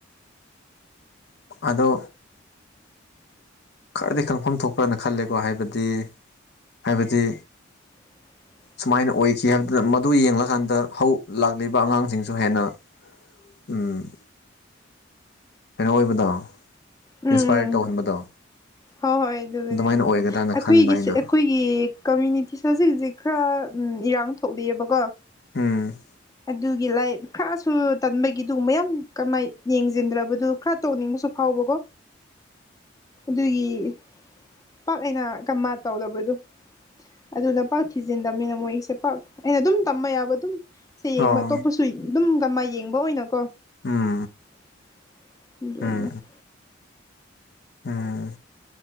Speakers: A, on the left (about 60°); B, on the left (about 20°).
A: ꯑꯗꯣ ꯈꯔꯗꯤ ꯈꯪꯐꯝ ꯊꯣꯛꯄ꯭ꯔꯅ ꯈꯜꯂꯦꯀꯣ ꯍꯥꯏꯕꯗꯤ ꯍꯥꯏꯕꯗꯤ
B: <inaudible>
A: ꯁꯨꯃꯥꯏꯅ ꯑꯣꯏꯈꯤ ꯍꯥꯏꯕꯗꯨꯅ ꯃꯗꯨ ꯌꯦꯡꯂꯀꯥꯟꯗ ꯍꯧ ꯂꯥꯛꯂꯤꯕ ꯑꯉꯥꯡꯁꯤꯡꯁꯨ ꯍꯦꯟꯅ ꯎꯝ ꯀꯩꯅꯣ ꯑꯣꯏꯕꯗꯣ
B: ꯎꯝ ꯎꯝ
A: ꯏꯟꯁꯄꯥꯏꯔ ꯇꯧꯍꯟꯕꯗꯣ
B: ꯍꯣꯏ ꯍꯣꯏ ꯑꯗꯨꯒꯕꯨꯗꯤ
A: ꯑꯗꯨꯃꯥꯏꯅ ꯑꯣꯏꯒꯗ꯭ꯔꯅ
B: ꯑꯩꯈꯣꯏꯒꯤ
A: ꯈꯟꯕ ꯑꯩꯅ
B: ꯑꯩꯈꯣꯏ ꯑꯩꯒꯤ ꯀꯝꯃ꯭ꯌꯨꯅꯤꯇꯤꯁꯦ ꯍꯧꯖꯤꯛ ꯍꯧꯖꯤꯛ ꯈꯔ ꯏꯔꯥꯡ ꯊꯣꯛꯂꯤꯑꯕꯀꯣ
A: ꯎꯝ
B: ꯑꯗꯨꯒꯤ ꯂꯥꯏ ꯈꯔꯁꯨ ꯇꯟꯕꯒꯤ ꯑꯗꯨꯒꯨꯝꯕ ꯌꯥꯝ ꯀꯃꯥꯏ ꯌꯦꯡꯖꯤꯟꯗ꯭ꯔꯕꯗꯨ ꯈꯔ ꯇꯧꯅꯤꯡꯕꯁꯨ ꯐꯥꯎꯕꯒꯣ ꯑꯗꯨꯒꯤ ꯄꯥꯛ ꯑꯩꯅ ꯀꯥꯃꯥ ꯇꯧꯗꯕꯗꯣ ꯑꯗꯨꯅ ꯄꯥꯛ ꯊꯤꯖꯤꯟꯗꯕꯅꯤꯅ ꯃꯣꯏꯁꯦ ꯄꯥꯛ ꯑꯩꯅ ꯑꯗꯨꯝ ꯇꯝꯕ ꯌꯥꯕ ꯑꯗꯨꯝ ꯁꯦ ꯌꯦꯡꯕ
A: ꯑꯣ
B: ꯑꯇꯣꯞꯄꯁꯨ ꯑꯗꯨꯝꯒꯃ ꯌꯦꯡꯕ ꯑꯣꯏꯅꯀꯣ
A: ꯎꯝ
B: <unintelligible>
A: ꯎꯝ ꯎꯝ